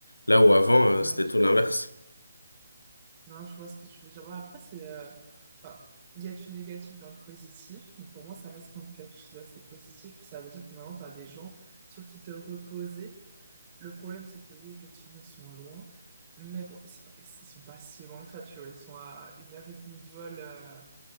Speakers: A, on the left (about 85°); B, on the right (about 30°).
A: Là où avant,
B: <laughs>
A: euh,
B: Ouais,
A: c'était
B: j'avoue.
A: tout l'inverse.
B: Non, je vois ce que tu veux dire. Bon, après, c'est. euh, Enfin, il y a du négatif dans le positif, mais pour moi, ça reste quand même quelque chose d'assez positif. Ça veut dire que maintenant, tu as des gens sur qui te reposer. Le problème, c'est que oui, effectivement, ils sont loin, mais bon, ils, c'est pas- ils sont pas si loin que ça, tu vois. Ils sont à une heure et demie de vol euh,